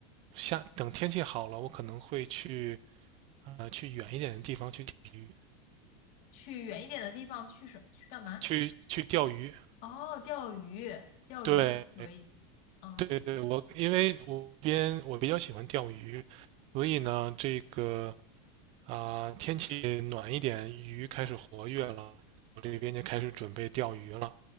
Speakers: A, on the right; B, on the left.
A: 下，等天气好了，我可能会去呃去远一点的地方去钓鱼，
B: 去远一点的地方去什么？去干嘛？
A: 去去钓鱼。
B: 哦，钓鱼，钓鱼还可以。
A: 对，
B: 哦，
A: 对对，
B: 挺
A: 我因为我边我比较喜欢钓鱼，所以呢，这个啊、天气暖一点，鱼开始活跃了，我这边就开始准备钓鱼了。